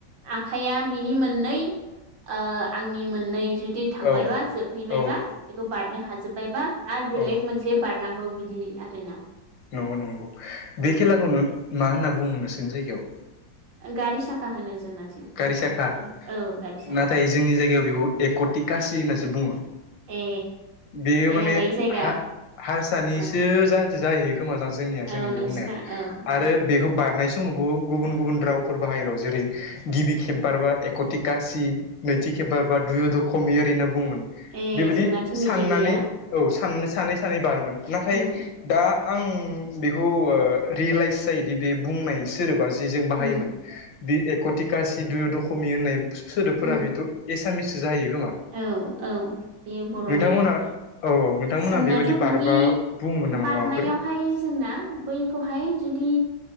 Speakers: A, on the right; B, on the left.
A: आखाया बि नि मोननै ओ आंनि मोननै जुदि थांबायबा
B: औ
A: जोबहैबायबा
B: औ
A: बेखौ बारनो हाजोबबायबा आरो
B: औ
A: बेलेग मोनसे बार नांगौ बिदि आरोना।
B: नंगौ नंगौ बे
A: औ
B: खेलाखौ नो मा होनना बुङो नोंसिनि जायगायाव?
A: गारि साखा होनो <unintelligible>
B: गारि साखा
A: औ गारि साखा।
B: नाथाय जोंनि जायगायाव बेखौ एक'टि कासि होननासो बुङो
A: ए
B: बेयो
A: जायगा
B: माने
A: लायै जायगा।
B: हा हारसानिसो
A: ओं
B: जाज-जाहैयो खोमादां जोंनिया जोंनि
A: औ
B: बे
A: नोंसिना
B: बुंनाया
A: औ
B: आरो
A: उम
B: बेखौ बारनाय समावबो गुबुन गुबुन रावफोर बाहायो र' जेरै गिबि खेब बारबा एक'थि गासि नैथि खेब बारबा दुइय' द' खमि ओरैनो बुङोमोन
A: ए
B: बेबायदि
A: जोंनाथिं बिदि
B: साननानै
A: गैया
B: औ सानै सानै बारोमोन। नाथाय
A: उम
B: दा आं बेखौ रियेलाइस जायोदि बे बुंनाय सोदोब जों जि बाहोमोन
A: उम
B: बि एक टिका सिदय दशमि होननाय सो-सोदोबफोरा
A: उम
B: बेथ' एस सामिससो जायो ।
A: औ औ बेयो बर'नि
B: नोंथांमोना
A: नङा।
B: औ औ नोंथांमोनहा
A: जोंनाथ'
B: बेबायदि बारबा
A: बिदि
B: बुङोमोन नामा
A: बारनायावहाय
B: माबाफोर?
A: जोंना बैखौहाय जुदि